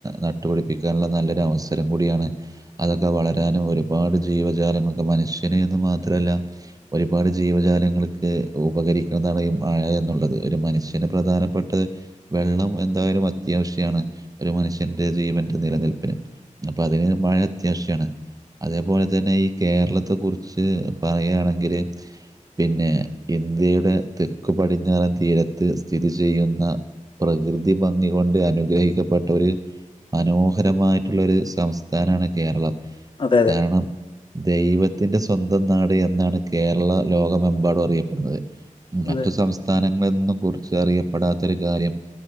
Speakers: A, on the right (about 25°); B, on the left (about 40°).
A: നട്ടുപടിപ്പിക്കാനുള്ള നല്ലൊരു അവസരം കൂടിയാണ് അതൊക്കെ ക്കെ വളരാനും ഒരുപാട് ജീവജാലങ്ങളൊക്കെ മനുഷ്യന്ന്ന് മാത്രമല്ല ഒരുപാട് ജീവജാലങ്ങ ഉപകരിക്കുന്നതാണ് ഈ മഴ എന്നുള്ളത് ഒരു മനുഷ്യന് പ്രധാനപ്പെട്ട വെള്ളം എന്തായാലും അത്യാവശ്യമാണ് ഒരു മനുഷ്യറെ ജീവൻന്റെ നിലനിൽപ്പന് അപ്പൊ അതിന് മഴ അത്യാവശ്യമാണ് അതേപോലെ തന്നെ ഈ കേരളത്തെ കുറിച്ച് പറയയാണെങ്കില് പിന്നെ ഇന്ത്യയുടെ തെക്കു പടിഞ്ഞാറൻ തീരത്ത് സ്ഥിതി ചെയ്യുന്ന പ്രകൃതി ഭംഗി കൊണ്ട് അനുഗ്രഹിക്കപ്പെട്ടോര് മനോഹരമായിട്ടുള്ളൊരു സം. താനാണ് കേരളം.
B: അതെ അതെ
A: കാരണം. ദൈവത്തിന്റെ സ്വന്തം നാട് എന്നാണ് കേരള ലോകമെമ്പാടും അറിയപ്പെടുന്നത്. മറ്റു
B: അതെ
A: സംസ്ഥാനങ്ങളിൽ നിന്നും കുറിച്ച് അറിയപ്പെടാത്ത ഒരു കാര്യം.